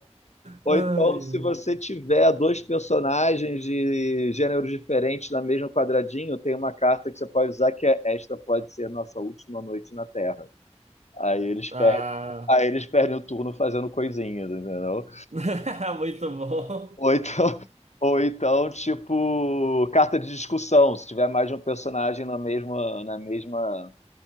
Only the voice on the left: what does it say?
Ou
então, se você tiver dois personagens de gêneros diferentes na mesma quadradinho, tem uma carta que você pode usar que é esta pode ser nossa última noite na Terra. Aí eles
perdem, aí eles perdem o turno fazendo coisinhas, entendeu?
Ou então, <laughs> ou então, tipo, carta de discussão. Se tiver mais de um personagem na mesma, na mesma